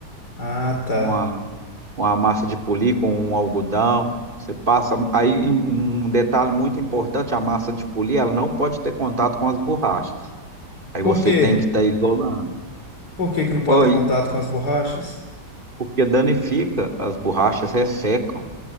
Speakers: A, on the left (about 65°); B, on the right (about 30°).
A: Ah, tá.
B: Uma, uma massa de polir com um algodão. Você passa. Aí um um detalhe muito importante: a massa de polir, ela não pode ter contato com as borrachas. Aí
A: Por
B: você
A: quê?
B: tem que estar isolando.
A: Por que que não pode
B: Oi,
A: ter contato com as borrachas?
B: Porque danifica, as borrachas ressecam.